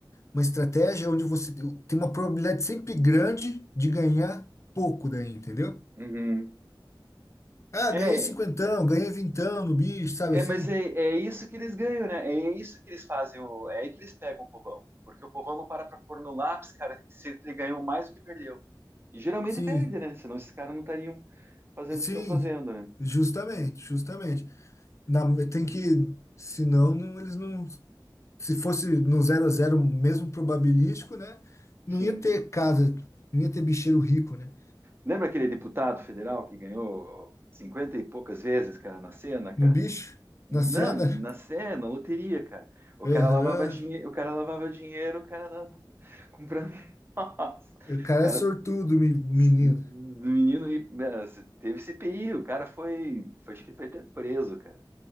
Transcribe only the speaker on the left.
uma estratégia onde você tem uma probabilidade sempre grande de ganhar pouco daí, entendeu?
Ah,
ganhei cinquentão, ganhei vintão no bicho, sabe
assim?
Sim,
sim,
justamente, justamente. Na- tem que, senão não, eles não. se fosse no zero a zero mesmo probabilístico, né? Não
ia ter casa, não ia ter bicheiro rico, né?
No bicho,
na cena,
aham,
o cara
é sortudo, me- menino.